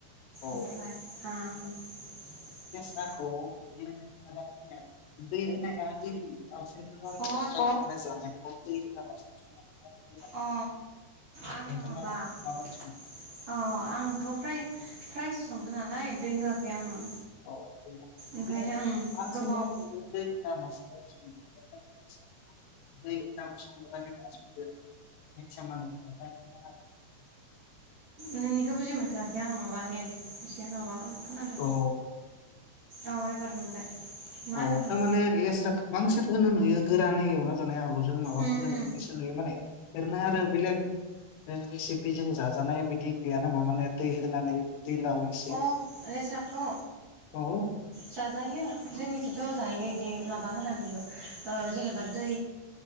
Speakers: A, on the left (about 80°); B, on the right (about 55°).
A: औ
B: ओमफ्राय ओ
A: जा औ बिदि नोंथाङा बुं दै होनाय ना दै होयि
B: आरो
A: <unintelligible>
B: ओमफ्राय
A: जानायखौ <unintelligible>
B: अ आङो
A: नोंथाङा
B: माबा अ
A: माबायदि सङो
B: आंथ' फ्राय फ्रायसो संदों नालाय दै होआखै आङो
A: औ <inaudible> <unintelligible>
B: ओंखायनो ओं गोबाव नोंनिखौ बुजि मोनथाराखै आङो माबा नेट एसे माबा खोनादों
A: अ
B: औ एबार मोनबाय मा होनदोंमोन
A: औ थार माने लेस्रा बांसिन होनो नुयो गोरा नै एवना जानाय आलु जों माबाफोरजों
B: उम उम
A: जों नुयो माने रैनो आरो बेलेग बे रेसिपि जों जाजानाय बिदि गैयाना मा माने दै होनानै दैलाव एसे
B: अ लेस्राखौ
A: औ
B: जाजायो जोंनि ज' जयो बिदि माबा होनानैबो ओ जेनेबा दै